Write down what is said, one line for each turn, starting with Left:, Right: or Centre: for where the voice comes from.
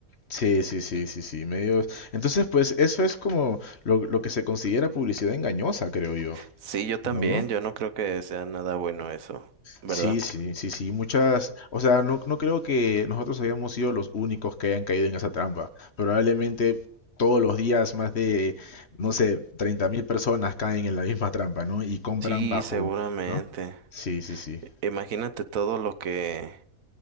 Left: Sí, sí, sí, sí, sí, medio... Entonces, pues eso es como lo, lo que se considera publicidad engañosa, creo yo,
Right: Sí, yo también,
Left: ¿no?
Right: yo no creo que sea nada bueno eso, ¿verdad?
Left: Sí, sí, sí, sí, muchas, o sea, no, no creo que nosotros hayamos sido los únicos que hayan caído en esa trampa. Probablemente todos los días más de, no sé, 30.000 personas caen en la misma trampa, ¿no? Y compran
Right: Sí,
Left: bajo,
Right: seguramente.
Left: ¿no? Sí, sí, sí.
Right: Imagínate todo lo que,